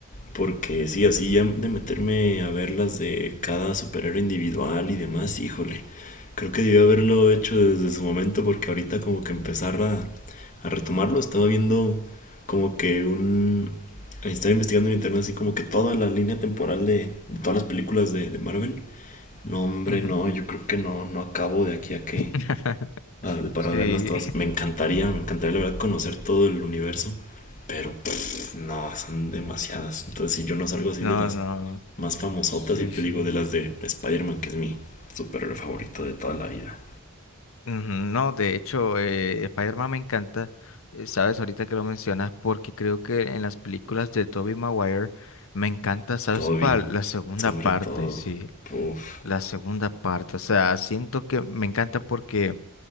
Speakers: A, on the left; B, on the left.
A: Porque sí, así ya de meterme a ver las de cada superhéroe individual y demás, híjole, creo que debió haberlo hecho desde su momento porque ahorita como que empezar a, a retomarlo, estaba viendo como que un... Estaba investigando en internet así como que toda la línea temporal de, de todas las películas de, de Marvel no, hombre,
B: ujú.
A: no, yo creo que no, no acabo de aquí a que
B: <laughs>
A: a- de- para
B: Sí.
A: verlas todas. Me encantaría, me encantaría la verdad conocer todo el universo, pero pff, no, son demasiadas.
B: <laughs>
A: Entonces, si yo no salgo así
B: No,
A: de las
B: no.
A: más famosotas
B: Sí,
A: y te
B: sí.
A: digo de las de Spider-Man, que es mi superhéroe favorito de toda la vida.
B: Ujú, No, de hecho, eh, Spider-Man me encanta, eh, sabes, ahorita que lo mencionas, porque creo que en las películas de Tobey Maguire me encanta, sabes,
A: Toby,
B: para la segunda
A: sobre
B: parte,
A: todo.
B: sí,
A: Uf.
B: la segunda parte, o sea, siento que me encanta porque